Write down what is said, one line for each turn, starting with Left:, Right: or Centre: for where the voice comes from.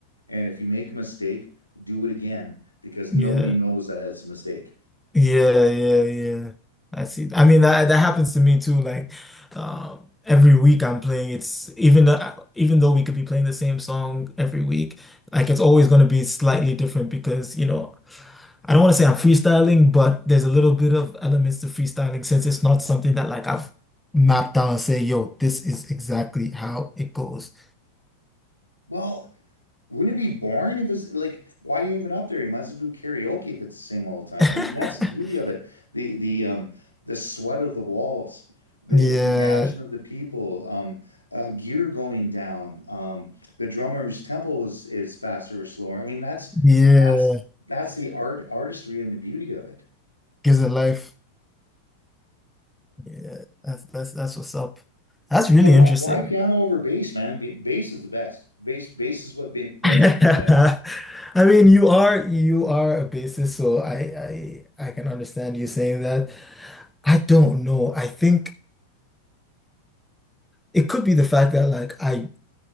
Left: And if you make a mistake, do it again because
Centre: Yeah.
Left: nobody knows that it's a mistake.
Centre: Yeah. Yeah. Yeah. I see. I mean, that that happens to me too. Like, um, every week I'm playing. It's even though even though we could be playing the same song every week, like it's always going to be slightly different because you know, I don't want to say I'm freestyling, but there's a little bit of elements to freestyling since it's not something that like I've mapped out and say, yo, this is exactly how it goes.
Left: Well, Wouldn't it be boring if it's like why are you even up there? You might as well do karaoke if it's the same all the time.
Centre: <laughs>
Left: I mean, that's the beauty of it. The the um the sweat of the walls, the
Centre: Yeah.
Left: the reaction of the people, um uh, gear going down, um the drummer's tempo is is faster or slower. I mean, that's
Centre: Yeah.
Left: that's that's the art artistry and the beauty of it.
Centre: Gives it life. Yeah, that's that's that's what's up. That's really
Left: So why,
Centre: interesting.
Left: why piano over bass, man? B- Bass is the best. Bass bass is what ba-
Centre: <laughs>
Left: makes
Centre: I
Left: people dance.
Centre: mean, you are you are a bassist, so I I I can understand you saying that. I don't know. I think it could be the fact that like I